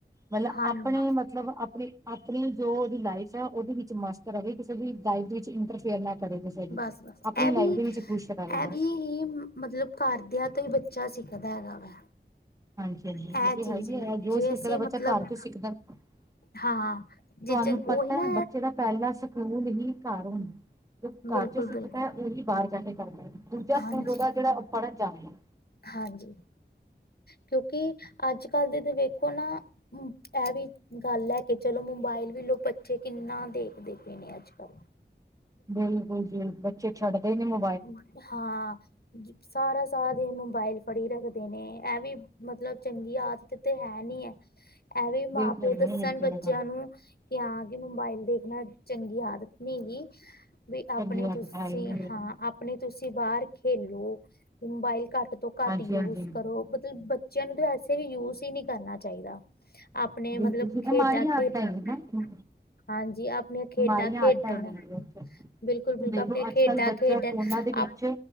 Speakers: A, on the right; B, on the left.
A: ਮਤਲਬ
B: ਹਾਂਜੀ
A: ਆਪਨੇ ਮਤਲਬ ਆਪਨੀ-ਆਪਨੀ ਜੋ ਓਦੀ ਲਾਈਫ ਚ ਓਦੇ ਵਿੱਚ ਮਸਤ ਰਵੇ ਕਿਸੇ ਦੀ ਦਾਈਫ ਦੇ ਵਿੱਚ ਇੰਟਰਫੇਅਰ ਨਾ ਕਰੇ ਕਿਸੇ ਦੀ
B: ਬਸ-ਬਸ,
A: ਆਪਣੀ
B: ਐਵੀ
A: ਲਾਈਫ ਦੇ ਵਿੱਚ ਖੁਸ਼ ਰਵੇ
B: ਐਭੀ
A: ਬਸ
B: ਹੀ ਮਤਲਬ ਘਰਦਿਆਂ ਤੋਂ ਈ ਬੱਚਾ ਸਿੱਖਦਾ ਹੈਗਾ ਵਾ।
A: ਹਾਂਜੀ-ਹਾਂਜੀ
B: ਇਹ
A: ਏ ਤੇ
B: ਚੀਜ਼
A: ਹੈ ਵੀ ਹੈ ਜੋ
B: ਜੇ
A: ਸਿੱਖਦਾ
B: ਅਸੀਂ
A: ਬੱਚਾ
B: ਮਤਲਬ
A: ਘਰ ਤੋਂ ਸਿੱਖਦਾ। ਤੁਆਨੂੰ
B: ਹਾਂ ਜੇ ਚੰ
A: ਪਤਾ
B: ਉਹੀ ਨਾ
A: ਐ ਬੱਚੇ ਦਾ ਪੈਲਾਂ ਸਕੂਲ ਹੀ ਘਰ ਹੁੰਦਾ, ਜੋ
B: ਬਿਲਕੁਲ
A: ਘਰ ਚ ਸਿੱਖਦਾ
B: ਬਿਲਕੁਲ
A: ਐ ਓਹੀ ਬਾਰ ਜਾਂ ਕੇ ਕਰਦੈ, ਦੂਜਾ
B: ਹਾਂਜੀ
A: ਸਕੂਲ ਓਦਾ ਜੇੜਾ ਓ ਪੜਨ ਜਾੰਦੈ।
B: ਹਾਂਜੀ, ਕਿਉਂਕਿ ਆੱਜ-ਕੱਲ ਦੀ ਤਾਂ ਵੇਖੋ ਨਾ ਹੂੰ, ਐਵੀ ਗੱਲ ਲੈ ਕੇ ਚਲੋ ਮੋਬਾਇਲ ਵੀ ਲੋ ਬੱਚੇ ਕਿੰਨਾ ਦੇਖਦੇ ਪਏ ਨੇ ਆੱਜ-ਕੱਲ।
A: ਬਿਲਕੁਲ ਜੀ ਬੱਚੇ ਛੱਡਦੇ ਈ ਨੀ ਮੁ
B: <unintelligible> ਹਾਂ ਸਾਰਾ ਸਾਰਾ ਦਿਨ ਮੋਬਾਇਲ ਫੜੀ ਰੱਖਦੇ ਨੇ ਐਮੀ ਵੀ ਮਤਲਬ ਚੰਗੀ ਆਦਤ ਤੇ ਹੈ ਨੀ ਐ। ਐਵੀ
A: ਬਿਲਕੁਲ
B: ਮਾਂ-ਪਿਓ
A: ਨਹੀਂ
B: ਦੱਸਣ
A: ਬਿਲਕੁਲ
B: ਬੱਚਿਆਂ
A: ਅ
B: ਨੂੰ ਕਿ ਹਾਂ ਕਿ ਮੋਬਾਇਲ ਦੇਖਣਾ ਚੰਗੀ ਆਦਤ ਨੀ ਹੇਗੀ। ਬਈ ਆਪਣੇ
A: ਚੰਗੀ ਆਦਤ
B: ਤੁਸੀਂ
A: ਹੈ ਹੀ ਨਹੀਂ ਬਿਲਕੁਲ
B: ਹਾਂ ਆਪਣੇ ਤੁਸੀਂ ਬਾਹਰ ਖੇਲੋ ਮੋਬਾਈਲ ਘੱਟ ਤੋਂ ਘੱਟ
A: ਹਾਂਜੀ
B: ਯੂਜ
A: ਹਾਂਜੀ
B: ਕਰੋ। ਮਤਲਬ ਬੱਚਿਆਂ ਨੂੰ ਤਾਂ ਵਸੇ ਵੀ ਯੂਜ ਹੀ ਨੀ ਕਰਨਾ ਚਾਹੀਦਾ। ਆਪਣੇ
A: ਬਿਲਕੁਲ
B: ਮਤਲਬ
A: ਜੀ
B: ਖੇਡਾਂ
A: ਮਾੜੀਆਂ
B: ਖੇਡ
A: ਆਦਤਾਂ ਹੈਗੀਆਂ
B: <unintelligible> ਹਾਂਜੀ ਆਪਣੀਆਂ ਖੇਡਾਂ
A: ਮਾੜੀਆਂ
B: ਖੇਡਣ
A: ਆਦਤਾਂ ਹੈਗੀਆਂ
B: <unintelligible> ਬਿਲਕੁਲ-ਬਿਲਕੁਲ
A: ਦੇਖੋ
B: ਆਪਣੀਆ
A: ਅੱਜ
B: ਖੇਡਾਂ
A: ਕੱਲ੍ਹ ਬੱਚਾ
B: ਖੇਡਣ
A: ਫੋਨਾਂ ਦੇ ਵਿੱਚ
B: ਆਪ